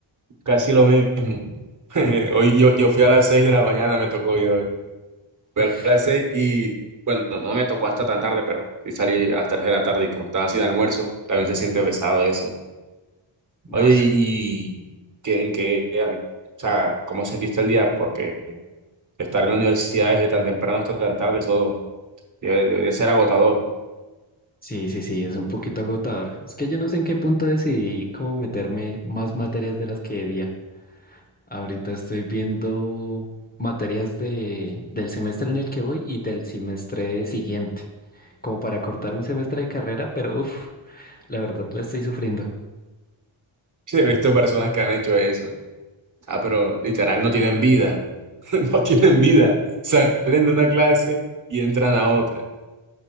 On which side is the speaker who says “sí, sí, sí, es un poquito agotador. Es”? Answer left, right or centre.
Left